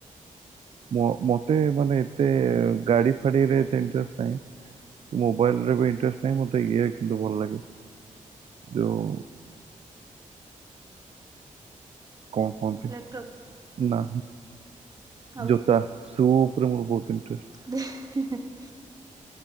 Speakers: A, on the right (about 45°); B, on the right (about 25°).
A: ମ ମତେ ମାନେ ଏତେ ଗାଡି ଫାଡିରେ ଇଟେଷ୍ଟେ ନାହିଁ। ମୋବାଇଲିରେ ବି ଇଣ୍ଟରେଷ୍ଟ ନାହିଁ ମତେ ଇଏଆ କିନ୍ତୁ ଭଲ ଲାଗେ ଯୋଉଁ କଣ କୁହନ୍ତି
B: ଲ୍ୟାପଟପ୍
A: ନା। <unintelligible>
B: ଆଉ
A: ସୁପ୍ ରେ ମେର ବହୁତ ଇଣ୍ଟେରେଷ୍ଟ।
B: <inaudible>